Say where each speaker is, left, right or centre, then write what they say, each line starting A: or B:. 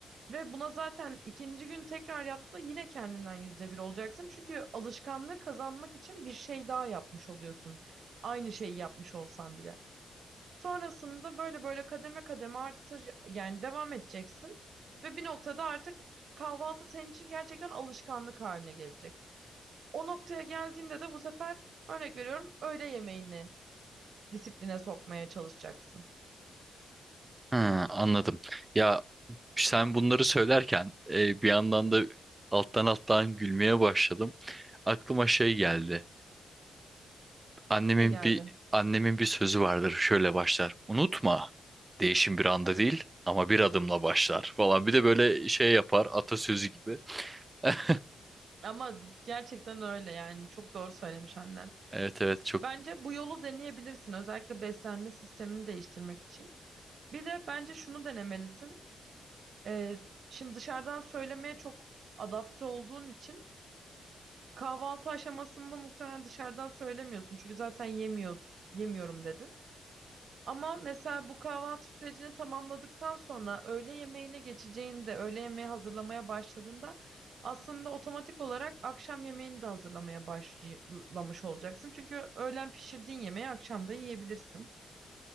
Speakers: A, on the right; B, on the right.
A: Ve buna zaten ikinci gün tekrar yaptığında yine kendinden yüzde bir olacaksın. Çünkü alışkanlığı kazanmak için bir şey daha yapmış oluyorsun. Aynı şeyi yapmış olsan bile. Sonrasında böyle böyle kademe kademe artır yani devam edeceksin. Ve bir noktada artık kahvaltı senin için gerçekten alışkanlık haline gelecek. O noktaya geldiğinde de bu sefer örnek veriyorum öğle yemeğini disipline sokmaya çalışacaksın.
B: Ha, anladım. Ya sen bunları söylerken e, bir yandan da alttan alttan gülmeye başladım. Aklıma şey geldi. Annemin
A: Ne geldi?
B: bir annemin bir sözü vardır. Şöyle başlar. Unutma. Değişim bir anda değil ama bir adımla başlar falan. Bir de böyle şey yapar atasözü gibi. <laughs>
A: Ama gerçekten öyle yani çok doğru söylemiş annen.
B: Evet evet çok.
A: Bence bu yolu deneyebilirsin. Özellikle beslenme sistemini değiştirmek için. Bir de bence şunu denemelisin. Ee, şimdi dışarıdan söylemeye çok adapte olduğun için kahvaltı aşamasında muhtemelen dışarıdan söylemiyorsun. Çünkü zaten yemiyoruz, yemiyorum dedin. Ama mesela bu kahvaltı sürecini tamamladıktan sonra öğle yemeğine geçeceğinde, öğle yemeği hazırlamaya başladığında aslında otomatik olarak akşam yemeğini de hazırlamaya başlamış olacaksın. Çünkü öğlen pişirdiğin yemeği akşam da yiyebilirsin.